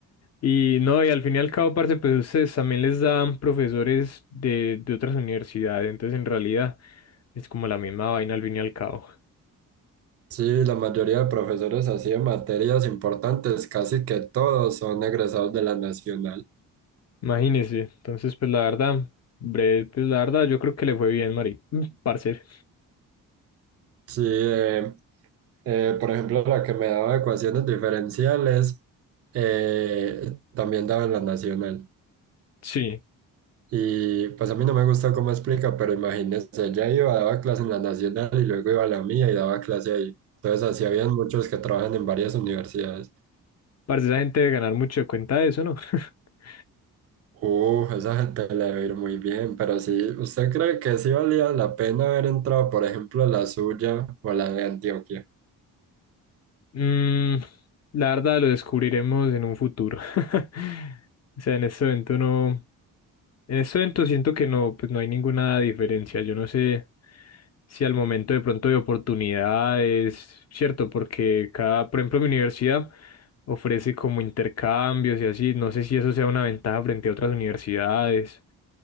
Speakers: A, on the left; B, on the right.
A: Y no, y al fin y al cabo, parce, pues ustedes también les dan profesores de, de otras universidades, entonces en realidad es como la misma vaina al fin y al cabo.
B: Sí, la mayoría de profesores así en materias importantes, casi que todos son egresados de la nacional.
A: Imagínese, entonces pues la verdad, breve, pues la verdad yo creo que le fue bien, Mari, Mm, parce.
B: Sí, eh, eh, por ejemplo, la que me daba ecuaciones diferenciales, eh, también daba en la nacional.
A: Sí,
B: Y pues a mí no me gustó cómo explica, pero imagínense, ella iba, daba clase en la nacional y luego iba a la mía y daba clase ahí. Entonces así habían muchos que trabajan en varias universidades.
A: parce, esa gente debe ganar mucho de cuenta de eso, ¿no? <laughs>
B: Uh, esa gente le debe ir muy bien, pero sí, ¿usted cree que sí valía la pena haber entrado, por ejemplo, a la suya o a la de Antioquia?
A: Mm, la verdad lo descubriremos en un futuro. <laughs> O sea, en este evento no. En este evento siento que no, pues no hay ninguna diferencia. Yo no sé si al momento de pronto de oportunidades, cierto, porque cada, por ejemplo, mi universidad ofrece como intercambios y así. No sé si eso sea una ventaja frente a otras universidades.